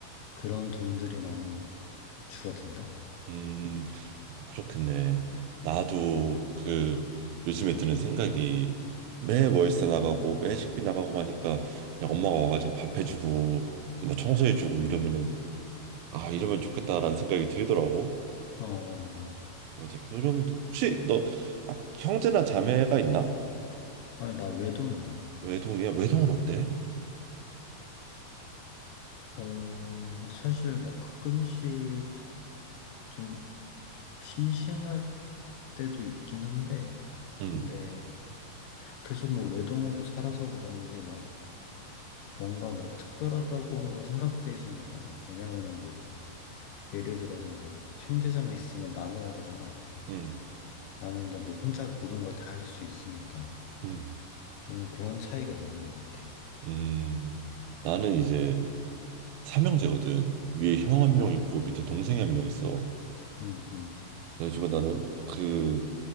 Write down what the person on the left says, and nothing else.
그런 돈들이 많이 줄어든다.
음.
어, 어, 어.
아니 나 외동이야.
어, 사실 막 가끔씩 좀 심심할 때도 있긴 한데,
근데 계속 뭐 외동으로 살아서 그런지 막 뭔가 뭐 특별하다고 생각되지는 않아. 왜냐면은 뭐 예를 들어서 뭐 형제자매 있으면 나눠야 되잖아.
나는 근데 뭐 혼자 모든 걸 다 할 수 있으니까
좀 그런 차이가 있는 것 같아.
어,
음, 음,